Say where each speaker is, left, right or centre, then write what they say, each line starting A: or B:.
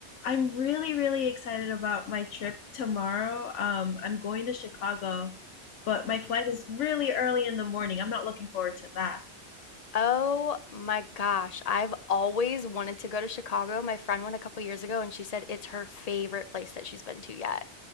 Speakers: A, on the left; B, on the left.
A: I'm really, really excited about my trip tomorrow. Um, I'm going to Chicago, but my flight is really early in the morning. I'm not looking forward to that.
B: Oh my gosh, I've always wanted to go to Chicago. My friend went a couple years ago and she said it's her favorite place that she's been to yet.